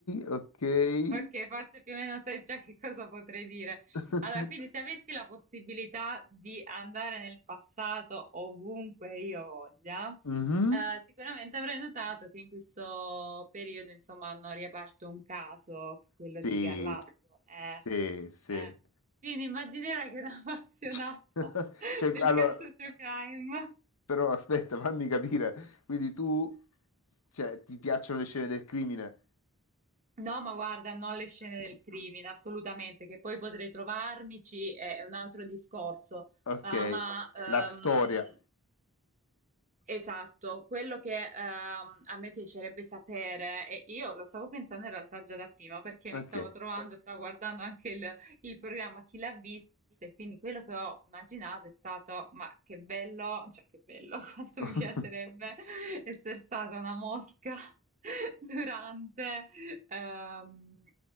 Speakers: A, on the left (about 85°); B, on the right (about 35°).
A: ok.
B: Ok, forse più o meno sai già che cosa potrei dire.
A: <laughs>
B: Allora, quindi se avessi la possibilità di andare nel passato ovunque io voglia,
A: Mhm.
B: eh, sicuramente avrei notato che in questo periodo, insomma, hanno riaperto un caso, che è quello
A: Sì,
B: di Garlasco. Eh,
A: sì, sì.
B: eh. Quindi immaginerai che da appassionata
A: Cioè, <laughs>
B: <laughs>
A: cioè,
B: del
A: allora,
B: caso True Crime.
A: però aspetta, fammi capire. Quindi tu, cioè, ti piacciono le scene del crimine?
B: No, ma guarda, non le scene del crimine, assolutamente, che poi potrei trovarmici, è un altro discorso.
A: Ok,
B: Ah, ma Ok.
A: la storia,
B: Esatto, quello che ehm, a me piacerebbe sapere, e io lo stavo pensando in realtà già da prima perché
A: ok,
B: mi stavo trovando, stavo guardando anche il, il programma Chi l'ha visto e quindi quello che ho immaginato è stato, ma che bello, cioè che bello, <laughs> quanto
A: <laughs>
B: mi piacerebbe essere stata una mosca <laughs> durante ehm,